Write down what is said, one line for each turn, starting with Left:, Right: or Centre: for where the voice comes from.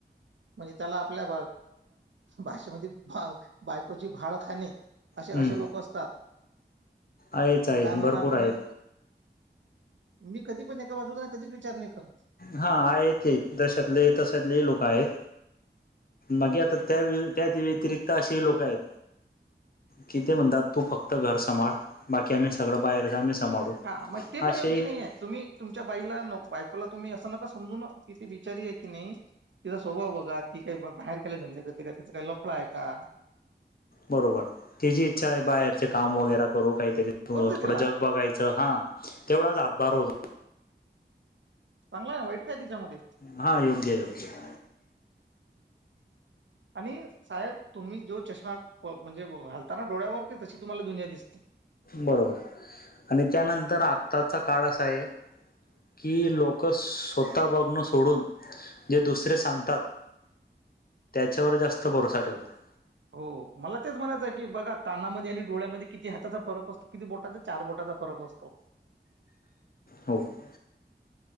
Right: म्हणजे त्याला आपल्या भाषेमध्ये बा बायकोची भाडखाणे असे
Left: हम्म
Right: असे लोक असतात
Left: आहेच आहेच
Right: काय म्हणणार
Left: भरपूर
Right: तुम्ही
Left: आहेत
Right: <unintelligible> मी कधी पण एका बाजूला कधीच विचार नाही करत
Left: हा आहेत हे तशतले तशतले लोक आहेत बाकी आता त्या व त्या व्यतिरिक्त असे लोक आहेत किती म्हणतात तू फक्त घर सभाळ बाकी आम्ही सगळं बाहेरच आम्ही सांभाळू
Right: हा मग ते पण
Left: असे
Right: योग्य नाही
Left: <unintelligible>
Right: आहे तुम्ही तुमच्या बाईला बायकोला तुम्ही असं नका समजू न ती बिचारी आहे की नाही तिचा स्वभाव बघा ती काही बाहेर केले धंदे करत तिचा काही लपलाय का
Left: बरोबर तची इच्छा आहे बाहेरचे काम वगैरे करू काहीतरी थोडं
Right: करू दे तिला
Left: जग बघायचं हा <unintelligible> तेवढाच हातभार होतो <unintelligible>
Right: चांगलाय वाईट काय तिच्यामध्ये <unintelligible>
Left: हा योग्य योग्य <unintelligible>
Right: आणि साहेब तुम्ही जो चष्मा म्हणजे घालताना डोळ्यावरती तशी तुम्हाला दुनिया दिसते <unintelligible>
Left: बरोबर आणि त्यानंतर आत्ताचा काळ असा आहे की लोक स्वतः बघणं सोडून जे दुसरे सांगतात त्याच्यावर जास्त भरोसा ठेवतात <unintelligible>
Right: हो मला तेच म्हणायचं आहे की बघा कानामध्ये आणि डळ्यामध्ये किती हाताचा फरक असतो किती बोटाचा चार बोटाचा फरक असतो <unintelligible>
Left: हो <unintelligible>